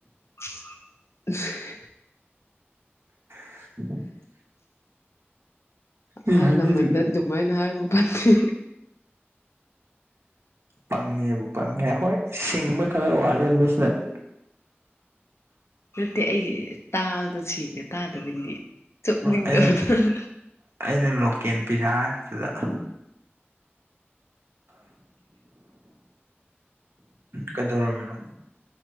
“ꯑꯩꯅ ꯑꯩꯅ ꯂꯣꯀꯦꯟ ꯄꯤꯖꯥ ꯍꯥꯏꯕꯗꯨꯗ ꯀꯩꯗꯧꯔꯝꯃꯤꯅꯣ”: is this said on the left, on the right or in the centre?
Right